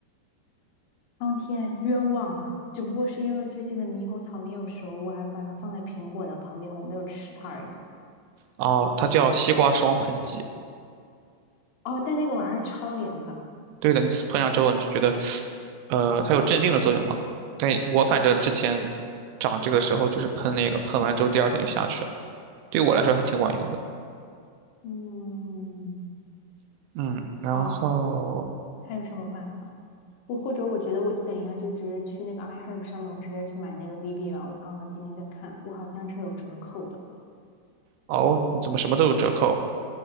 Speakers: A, on the left; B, on the right.
A: 苍天冤枉啊！只不过是因为最近的猕猴桃没有熟，我还把它放在苹果的旁边，我没有吃它而已。
B: 哦，它叫西瓜霜喷剂。
A: 哦，但那个玩意儿超凉的。
B: 对的，你喷上之后你就觉得，呃，它有镇定的作用嘛。但我反正之前长这个时候就是喷那个，喷完之后第二天就下去了，对我来说还挺管用的。
A: 嗯，
B: 嗯，然后
A: 好，还有什么办法？我或者我觉得我等一下就直接去那个 iHerb 上面，我直接去买那个 VB 吧，我刚好今天在看，我好像是有折扣的。
B: 哦，你怎么什么都有折扣？